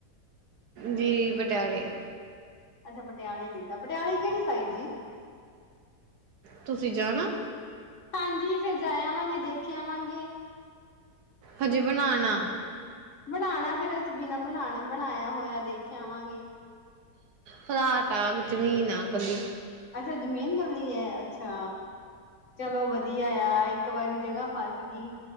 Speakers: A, on the right; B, on the left.
A: ਜੀ ਪਟਿਆਲੇ,
B: ਅੱਛਾ, ਪਟਿਆਲੇ ਦੀ ਤਾਂ ਪਟਿਆਲੇ ਕਿਹੜੀ ਸਾਈਡ ਜੀ।
A: ਤੁਸੀਂ ਜਾਣਾ,
B: ਹਾਂਜੀ ਫਿਰ ਜਾਏ ਆਵਾਂਗੇ ਦੇਖੇ ਆਵਾਂਗੇ
A: ਹਜੇ ਬਣਾਉਣਾ
B: ਬਣਾਉਣਾ ਫੇਰ ਅਸੀਂ ਬਿਨਾਂ ਬਣਾ ਬਣਾਇਆ ਹੋਇਆ ਦੇਖਿਆਵਾਂਗੇ
A: ਫਲਾਟ ਆ ਜ਼ਮੀਨ ਆ ਕੱਲੀ
B: ਅੱਛਾ ਜਮੀਨ ਕਲੀ ਹੈ ਅੱਛਾ ਚਲੋ ਵਧੀਆ ਆ ਇੱਕ ਵਾਰੀ ਜਗ੍ਹਾ ਫਸ ਗਈ